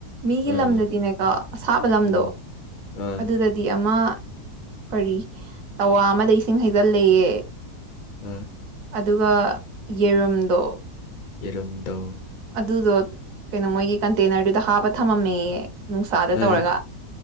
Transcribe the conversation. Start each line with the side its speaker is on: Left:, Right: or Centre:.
Right: ꯃꯤꯒꯤ
Left: ꯑ
Right: ꯂꯝꯗꯗꯤꯅꯦꯀꯣ ꯑꯁꯥꯕ ꯂꯝꯗꯣ
Left: ꯎꯝ ꯑ
Right: ꯑꯗꯨꯗꯗꯤ ꯑꯃ ꯀꯔꯤ ꯇꯋꯥ ꯑꯃꯗ ꯏꯁꯤꯡ ꯍꯩꯖꯤꯜꯂꯑꯦ
Left: ꯑꯥ
Right: ꯑꯗꯨꯒ ꯌꯦꯔꯨꯝꯗꯣ
Left: ꯏꯔꯝꯗ
Right: ꯑꯗꯨꯗꯣ ꯀꯩꯅꯣ ꯃꯣꯏꯒꯤ ꯀꯟꯇꯦꯅꯔꯗꯨꯗ ꯍꯥꯞꯄ ꯊꯝꯃꯝꯃꯦꯌꯦ ꯅꯨꯡꯁꯥꯗ ꯇꯧꯔꯒ
Left: ꯑ